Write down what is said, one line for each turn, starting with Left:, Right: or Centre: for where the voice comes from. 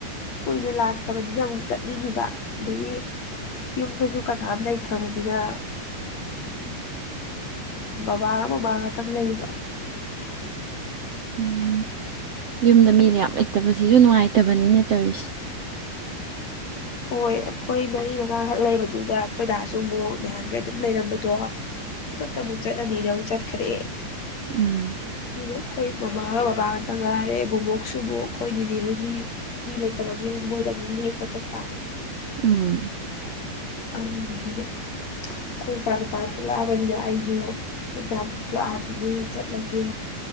Left: ꯀꯨꯏꯅ ꯂꯥꯛꯇ꯭ꯔꯕꯅꯤꯅ ꯑꯃꯨꯛ ꯆꯠꯅꯤꯡꯈꯤꯕ ꯑꯗꯒꯤ ꯌꯨꯗꯁꯨꯨ ꯀ ꯅꯝ ꯂꯩꯇꯔ꯭ꯦ ꯗꯤꯗ ꯕꯕꯥꯒ ꯕꯕꯥ ꯈꯛꯇ ꯂꯩꯌꯦꯕ
Right: ꯎꯝ ꯌꯨꯝꯗ ꯃꯤ ꯂꯩꯌꯥ ꯂꯩꯇꯕꯁꯤꯁꯨ ꯅꯨꯡꯉꯥꯏꯇꯕꯅꯤꯅꯦ ꯇꯧꯔꯤꯁꯦ
Left: ꯍꯣꯏ ꯑꯩꯈꯣꯏ ꯃꯔꯤ ꯃꯉꯥꯈꯛ ꯂꯩꯕꯗꯨꯗ ꯑꯩꯈꯣꯏꯗꯥꯁꯨ ꯑꯃꯨꯛ ꯅꯍꯥꯟꯈꯩ ꯑꯗꯨꯝ ꯂꯩꯔꯝꯕꯗꯣ ꯈꯨꯗꯛꯇ ꯑꯃꯨꯛ ꯆꯠꯂꯅꯤꯅ ꯑꯃꯨꯛ ꯆꯠꯈ꯭ꯔꯦ
Right: ꯎꯝ
Left: ꯑꯗꯨꯅ ꯑꯩꯈꯣꯏ ꯃꯃꯥꯒ ꯕꯕꯥꯒꯛꯇ ꯉꯥꯏꯔꯦꯕꯨ ꯃꯣꯛꯁꯨ ꯑꯃꯨꯛ ꯑꯩꯈꯣꯏꯗꯤꯗꯤ ꯍꯣꯏꯒꯤ ꯃꯤ ꯂꯩꯇꯕꯒꯤ ꯑꯃꯨꯛ ꯃꯣꯏꯗ ꯑꯃꯨꯛ ꯂꯦꯛꯄ ꯆꯠ ꯑꯥ
Right: ꯎꯝ
Left: ꯑꯗꯨꯗꯨꯒꯤ ꯑꯩꯈꯣꯏꯄꯥ ꯅꯨꯄꯥ ꯊꯣꯛꯂꯛꯑꯕꯅꯤꯗ ꯑꯩꯁꯨ ꯑꯦ ꯊꯁꯨ ꯍꯥꯒꯤ ꯌꯥꯦ ꯆꯠꯂꯒꯦ